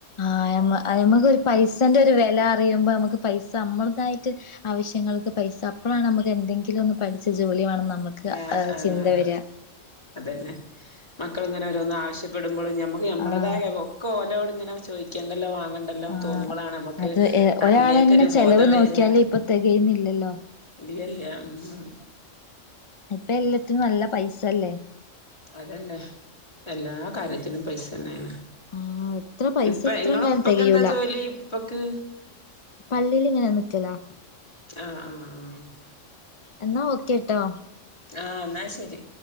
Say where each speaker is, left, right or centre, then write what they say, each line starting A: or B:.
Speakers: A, on the left (about 40°); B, on the left (about 20°).
A: ആഹ് യമ് അയമ്മക്കൊരു പൈസന്റെ ഒരു വെല യ്യുമ്പോ നമുക്ക് പൈസ നമ്മളെതായിറ്റ് ആവശ്യങ്ങൾക്ക് പൈസ അപ്പളാണ് നമുതെന്തെങ്കിലൊന്ന് പ ച്ച് ജോലി വാണന്നമ്മക്ക്
B: ആഹ് ആഹ്
A: ചിന്ത വെര.
B: അതന്നെ മക്കളിങ്ങനെ ഓരോന്ന് ആവശ്യപ്പെടുമ്പളും ഞമ്മക്ക് ഞമ്മളതായ
A: ആഹ്
B: കോലോടെങ്ങനെ ചോയിക്കണ്ടല്ലോ വാങ്ങണ്ട് ല്ലാം
A: ആഹ്
B: തോന്നുമ്പളാണ് നമ്മക്ക്
A: അത് ഒരാളന്നെ
B: അതിലേക്കൊരു
A: ചെലവ്
B: ബോധം
A: നോക്കിയാല്
B: വെരാ.
A: ഇപ്പൊ തികയുന്നില്ലല്ലോ
B: ളിയല്ല ഉഹ് ഉഹ്
A: ഇപ്പ എല്ലത്തിനും നല്ല പൈസല്ലേ?
B: അതന്നെ എല്ലാ കാര്യത്തിനും പൈസന്നേണ്.
A: ആഹ് എത്ര പൈസ
B: ഇപ്പ
A: എത്ര
B: ഇങ്ങള
A: ഉണ്ടായാലും
B: ഇപ്പക്കെന്താ
A: തികയൂല
B: ജോലി ഇപ്പക്ക്?
A: പള്ളിയിലിങ്ങനെ നിക്കലാ
B: ആഹ് ആഹ് ആഹ്
A: എന്നാ ഓക്കെ ട്ടോ
B: ആഹ് എന്നാ ശരി.